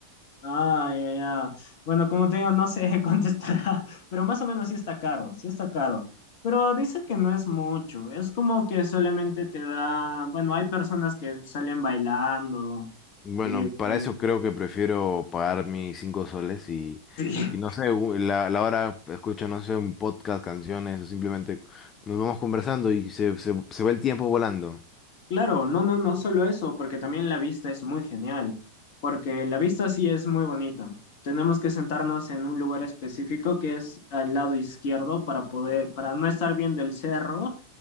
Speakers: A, on the left; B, on the left.
A: Ah, ya, ya. Bueno, como te digo, no sé <laughs> contestará, pero más o menos sí está caro, sí está caro. Pero dice que no es mucho, es como que solamente te da, bueno, hay personas que salen bailando
B: Bueno,
A: y
B: para
A: pues,
B: eso creo que prefiero pagar mis cinco soles y,
A: <laughs> sí,
B: y no sé, u- la, la hora escucho, no sé, un podcast, canciones, o simplemente nos vamos conversando y se, se, se va el tiempo volando.
A: claro, no, no, no solo eso, porque también la vista es muy genial, porque la vista sí es muy bonita. Tenemos que sentarnos en un lugar específico que es al lado izquierdo para poder, para no estar viendo el cerro